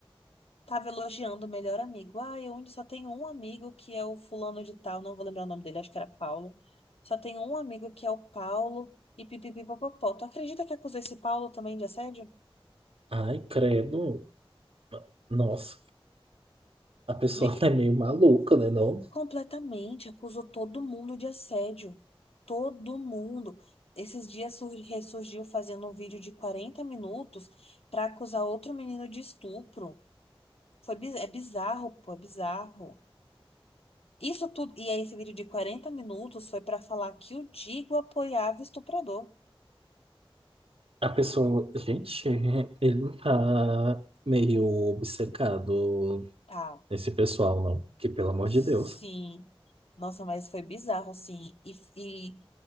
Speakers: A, on the left; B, on the right.
A: Tava elogiando o melhor amigo. Ah, eu ainda só tenho um amigo que é o fulano de tal, não vou lembrar o nome dele, acho que era Paulo. Só tenho um amigo que é o Paulo e pipipipopopó. Tu acredita que acusou esse Paulo também de assédio?
B: Ai, credo. Nossa. a pessoa
A: Amigo,
B: <laughs> é meio maluca, né, não?
A: completamente, acusou todo mundo de assédio. Todo mundo. Esses dias sur- ressurgiu fazendo um vídeo de 40 minutos pra acusar outro menino de estupro. Foi, bi- é bizarro, pô, é bizarro. Isso tudo, e aí esse vídeo de 40 minutos foi pra falar que o Digo apoiava o estuprador.
B: A pessoa, gente, ele não tá meio obcecado
A: Tá.
B: nesse pessoal, não? Que pelo amor
A: Sim.
B: de Deus.
A: Nossa, mas foi bizarro, assim. E, e,